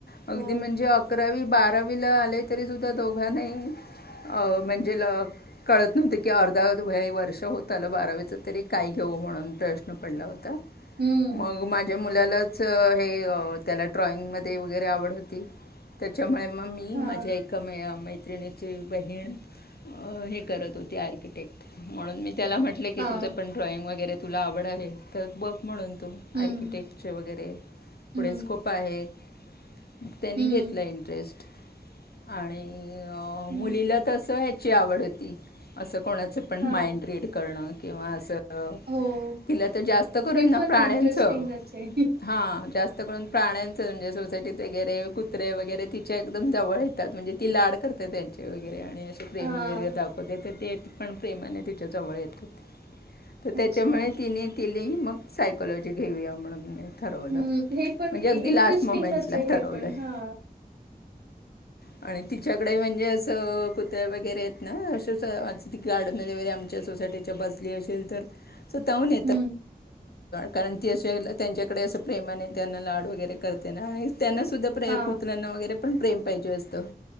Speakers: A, on the left; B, on the right.
A: अगदी
B: हो.
A: म्हणजे. अकरावी बारावीला आले तरी सुद्धा दोघा नाही. अ म्हणजे कळत नव्हते की अर्धा वर्ष होतलं बारावीच तरी काय घेऊ. हो म्हणून प्रश्न पडला होता
B: हम्म.
A: मग माझे. मुलाच हे त्याला ड्रॉइंगमध्ये वगैरे आवड होती त्याच्यामुळे. मग मी
B: हां.
A: माझ्या एका मैत्रिणी. बहीण हे करत होती आर्किटेक्ट म्हणून मी. त्याला म्हटले की
B: हां.
A: तुझं पण ड्रॉइंग वगैरे तुला आवड आहे तर बघ म्हणून तू
B: हम्म.
A: आर्किटेक्चेर वगैरे पुढे
B: हम्म.
A: स्कोप आहे म त्यांनी
B: हम्म.
A: घेतलं इंटरेस्ट आणि
B: हम्म.
A: मुलीला तर असं ह्याची आवड होती असं कोणाचं पण
B: हां.
A: माइंड रीड करणं किंवा असं
B: हो.
A: तिला तर जास्त करून
B: हे
A: ना
B: पण
A: प्राण्यांचं
B: इंटरेस्टिंगच आहे.
A: हा जास्त करून प्राण्या म्हणजे सोसायटीत वगैर कुत्रे वगैरे तिच्या एकदम जवळ येतात म्हणजे ती लाड करते त्यां चे वगैरे आणि असे प्रेम
B: हा.
A: वगैरे दाखवतेेत ते पण प्रेमाने तिच्या जवळ येतात तर
B: अच्छा.
A: त्याच्यामुळे तिने तिली मग सायकॉोलॉजी घेऊया म्हणून ठरवलं
B: हम्म हे पण
A: म्हणजे अगदी
B: इंटरेस्टिंगच
A: लास्ट मोमेंटला
B: आहे
A: ठरवलं
B: हे पण
A: आहे
B: हा
A: आणि तिच्याकडे म्हणजे कुत्या वगैरे आहेत ना अ गार्डनमध्ये वगैरे आमच्या सोसायटीच्या बसली असेल तर सो तहून नेतता
B: हं.
A: कारण ती असे त्यांच्याकडे असं प्रेमाने त्यांना लाड वगैरे करते ना आणि त्यांना सुद्धा प्रे
B: हां.
A: कुत्र्यांना वगैरे पण प्रेम पाहिजे असतं